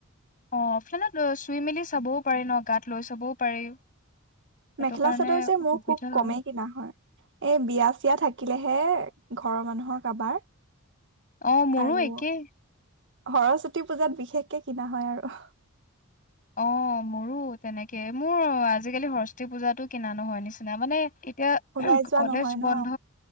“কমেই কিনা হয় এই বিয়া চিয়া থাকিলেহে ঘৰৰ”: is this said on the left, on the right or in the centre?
Right